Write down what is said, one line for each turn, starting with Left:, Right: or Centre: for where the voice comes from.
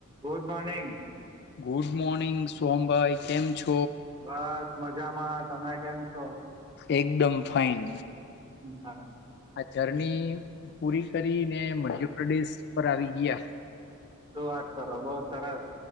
Right: Good morning.
Left: Good morning સોમભાઈ કેમ છો?
Right: બસ મજામાં તમે કેમ છો?
Left: એકદમ ફાઇન.
Right: હા
Left: જર્ની પૂરી કરી ને મજરડીસ પર આવી ગયા
Right: શું વાત કરો બહુ સરસ